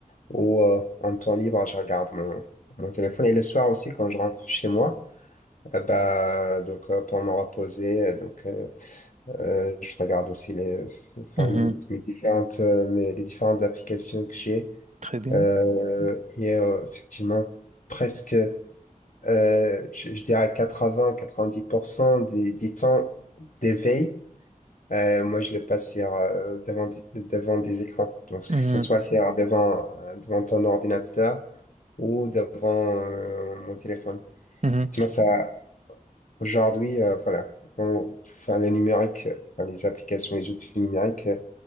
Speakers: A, on the left; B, on the right.
A: ou euh, en temps libre, je regarde mon, mon téléphone. Et le soir aussi, quand je rentre chez moi, euh, bah, donc, euh, pour me reposer. euh, Donc, euh, euh, je regarde aussi les, enfin,
B: Mhm.
A: mes différentes, euh, mes- les différentes applications que j'ai.
B: Très bien.
A: Euh, et euh, effectivement, presque, euh, je, je dirais quatre-vingts-quatre-vingt-dix pour cent des, du temps d'éveil, euh, moi je le passe sur, euh, devant, des- devant des écrans. Donc, que
B: Mhm.
A: ce soit sur, devant, euh, devant ton ordinateur ou devant euh, mon téléphone.
B: Mhm.
A: Effectivement, ça, aujourd'hui, euh, voilà, on, enfin, le numérique, euh, enfin, les applications, les outils numériques euh,